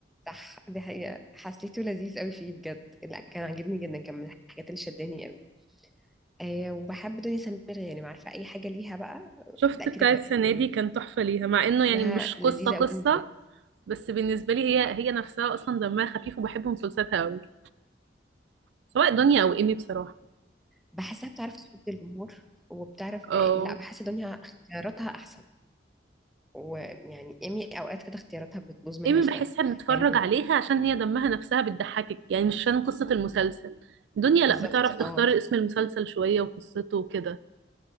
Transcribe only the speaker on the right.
شفت
بتاع
السنة
دي كان تحفة ليها مع انه يعني
مش قصة
قصة
بس بالنسبة لي هي هي نفسها اصلا دمها خفيف وبحب مسلسلاتها قوي سواء دنيا او ايمي بصراحة
اه
ايمي
بحسها بنتفرج
عليها عشان هي دمها نفسها بتضحكك يعني مش عشان قصة المسلسل دنيا
لا بتعرف تختار
اسم المسلسل شوية وقصته وكده